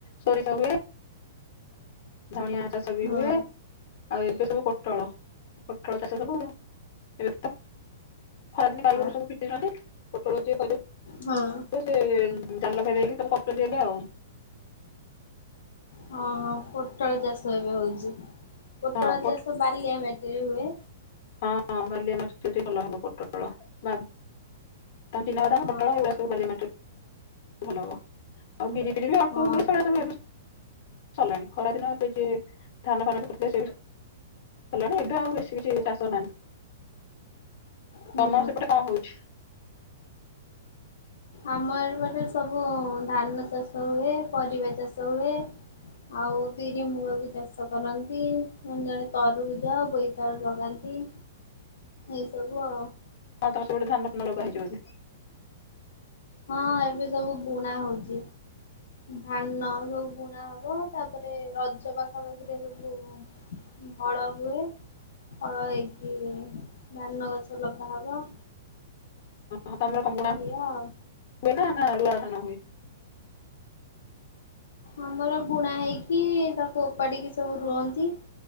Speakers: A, on the left (about 40°); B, on the left (about 80°).
A: ସୋରିଷ ହୁଏ। ଧଣିଆ ଚାଷ ବି
B: ହଁ।
A: ହୁଏ। ଆଉ ଏବେ ସବୁ ପୋଟଳ ପୋଟଳ ଚାଷ ସବୁ ଏବେ ତ ଖରାଦିନେ ଗଈଗୋରୁ
B: ଆଉ
A: ସବୁ ପିଟୁଛନ୍ତି ପୋଟଳ ଯିଏ କରିବ
B: ହଁ
A: ଏ ସେ ଜାଲ ଘେରେଇକି ତାକୁ କରୁଚନ୍ତି ଏବେ ଆଉ।
B: ହଁ ହଁ ପୋଟଳ ଚାଷ ଏବେ ହଉଛି ପୋଟଳ
A: ହଁ ପୋ
B: ଚାଷ ବଲିଆ ମାଟିରେ ହୁଏ।
A: ହଁ ବାଲିଆ ମାଟିରେ ଟିକେ ଭଲ ହବ ପୋଟଳ ବା ତ ଚିନାବାଦାମ
B: ହଁ
A: ପୋଟଳ ଏଉରା‌ ସବୁ ବାଲିଆ ମାଟିରେ‌ ଭଲ ହବ ଆଉ ବିରି ଫିରି ବି ଅଳ୍ପ
B: ହଁ
A: ହୁଏ ସେଗୁଡା
B: ତମ
A: ସବୁ ଏବେ ସରିଲାଣି ଖରାଦିନ ଏବେ ଯିଏ ଧାନ ଫାନ କରିଥିଲେ ସେବି ସରିଲିଣି ଏବେ ଆଉ ବେଶୀ କିଛି ଚାଷ ନାହିଁ।
B: ହୁଁ।
A: ତମ ସେପଟେ କଣ ହଉଛି?
B: ଆମ ଏ ପଟେରେ ସବୁ ଧାନ ଚାଷ ହୁଏ ପରିବା ଚାଷ ହୁଏ। ଆଉ ବିରି ମୁଗ ବି ଚାଷ କରନ୍ତି ଜଣେ ତରୁଭୁଜ ବୋଇତାଳୁ ଲଗାନ୍ତି। ଏଇ ସବୁ ଆଉ।
A: ଆଉ ତମ ସେପଟେ ଧାନ ଫାନ ଲଗା
B: ଏବେ
A: ହେଇଛି ବୋଧେ?
B: ହଁ ଏବେ ସବୁ ବୁଣା ହଉଛି ଧାନ ସବୁ ବୁଣା ହବ ତାପରେ ରଜ ପାଖାପାଖିରେ ସବୁ ହଳ ହୁଏ। ହଳ ହେଇକି ଧାନ ଗଛ ଲଗାହବ।
A: ହ ତମର କଣ ବୁଣା
B: ଏଇଆ ଆଉ
A: ହୁ ଏ ନା ରୁଆ ଧାନ ହୁଏ?
B: ଆମର ବୁଣା ହେଇକି ତାକୁ ଓପାଡିକି ସବୁ ରୁଅନ୍ତି।